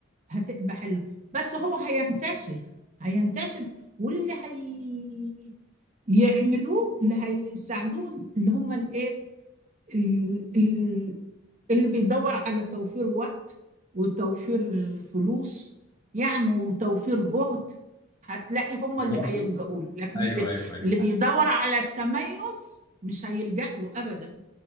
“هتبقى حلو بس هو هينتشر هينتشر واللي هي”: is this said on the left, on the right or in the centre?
Right